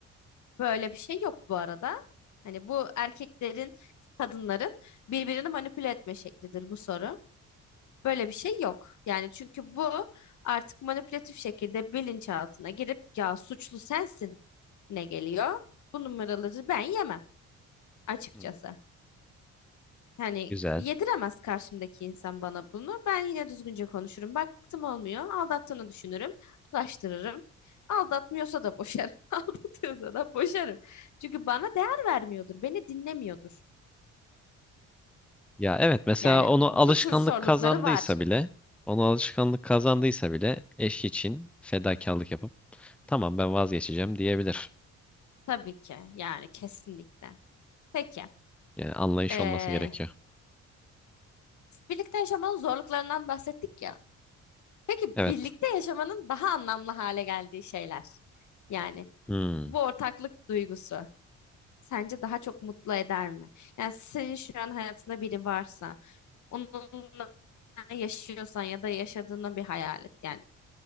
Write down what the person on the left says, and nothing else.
Böyle bir şey yok bu arada. Hani bu erkeklerin, kadınların birbirini manipüle etme şeklidir bu soru. Böyle bir şey yok. Yani çünkü bu artık manipülatif şekilde bilinçaltına girip ya suçlu sensin ne geliyor? Bu numaraları ben yemem açıkçası.
Hani
yediremez karşımdaki insan bana bunu. Ben yine düzgünce konuşurum. Baktım olmuyor. Aldattığını düşünürüm. Ulaştırırım. Aldatmıyorsa da boşarım. <laughs> Aldatıyorsa da boşarım. Çünkü bana değer vermiyordur. Beni dinlemiyordur.
Yani
bu
tür sorulukları
var.
Tabii ki. Yani kesinlikle. Peki.
Ee,
Birlikte yaşamanın zorluklarından bahsettik ya. Peki
birlikte yaşamanın daha anlamlı hale geldiği şeyler. Yani
bu ortaklık duygusu sence daha çok mutlu eder mi? Yani senin şu an hayatında biri varsa, onunla yaşıyorsan ya da yaşadığını bir hayal et. Yani